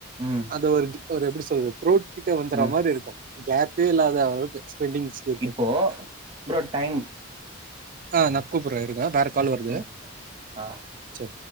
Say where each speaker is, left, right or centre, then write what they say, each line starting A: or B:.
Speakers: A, on the right; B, on the right.
A: ம்
B: அது ஒரு ஒரு எப்டி சொல்றது த்ரோட் கிட்ட வந்துற
A: ம்
B: மாரி இருக்கு கேப் பே இல்லாத அளவுக்கு எக்ஸ் பெண்டிங் இருக்கு
A: இப்போ ப்ரோ டைம்
B: அ நா கூப்புட்றே இருங்க வேற கால் வருது
A: ம் ஆ
B: சரி